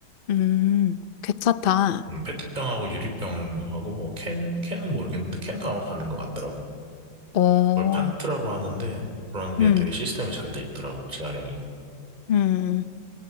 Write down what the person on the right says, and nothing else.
음, 페트병하고 유리병하고 뭐 캔, 캔은 모르겠는데 캔도 아마 받는 것 같더라고.
그걸 판트라고 하는데 그런 게
되게 시스템이 잘 돼 있더라고, 재활용이.